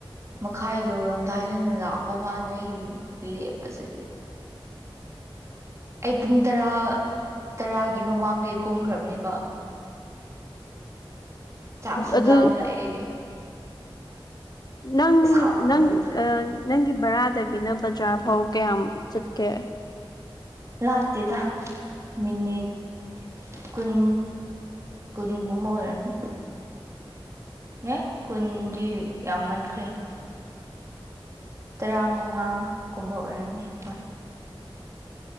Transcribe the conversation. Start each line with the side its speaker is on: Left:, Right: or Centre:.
Right: ꯃꯈꯥꯏ ꯌꯧꯔꯝꯗꯥꯏꯗꯅ ꯂꯥꯛꯄ ꯀꯥꯟꯗ ꯑꯩ ꯂꯦꯞꯄꯁꯦ ꯑꯩ ꯄꯨꯡ ꯇꯔꯥ ꯇꯔꯥꯒꯤ ꯃꯃꯥꯡꯗꯩ ꯀꯨꯝꯈ꯭ꯔꯕꯅꯦꯕ ꯆꯥꯞꯁꯨ
Left: ꯑꯗꯨ
Right: ꯂꯝꯂꯛꯌꯦ
Left: ꯅꯪ-ꯅꯪ
Right: ꯁꯥꯎꯅꯤꯡꯕꯗꯨ
Left: ꯅꯪꯒꯤ ꯕꯔꯥꯗꯒꯤꯅ ꯕꯖꯥꯔ ꯐꯥꯎ ꯀꯌꯥꯝ ꯆꯠꯀꯦ
Right: ꯂꯥꯞꯇꯦꯗ ꯃꯤꯅꯤꯠ ꯀꯨꯟ ꯀꯨꯟꯒꯨꯝꯕ ꯑꯣꯏꯔꯃꯅꯤ ꯌꯤ ꯀꯨꯟꯗꯤ ꯌꯥꯝꯃꯟꯈ꯭ꯔꯦ ꯇꯔꯥꯃꯉꯥ ꯒꯨꯝꯕ ꯑꯣꯏꯔꯝꯅꯤ ꯍꯣꯏ